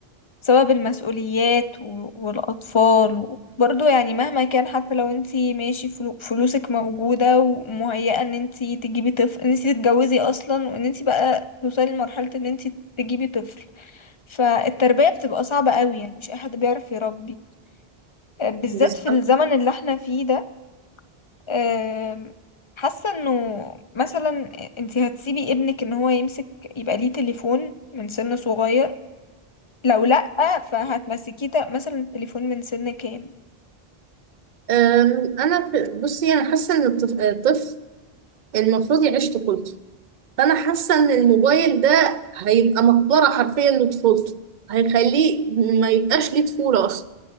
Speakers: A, on the left; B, on the right.
A: بسبب المسؤوليات و- والأطفال برضو يعني مهما كان حتى لو انتي ماشي فلو- فلوسك موجودة ومهيئة ان انتي تجيبي طفل ان انتي تتجوزي أصلا وان انتي بقى توصلي لمرحلة ان انتي تجيبي طفل فالتربية بتبقى صعبة قوي يعني مش أي حد بيعرف يربي آه، بالذات
B: بالظبط
A: في الزمن اللي احنا فيه ده آم، حاسة انه مثلا انتي هتسيبي ابنك ان هو يمسك يبقى ليه تليفون من سن صغير لو لأ فهتمسكيه تا- مثلا التليفون من سن كام
B: أم، انا في- بصي انا حاسه ان الطف- الطفل المفروض يعيش طفولته فانا حاسه ان الموبايل ده هيبقى مقبره حرفيا لطفولته هيخليه ما يبقاش ليه طفوله اصلا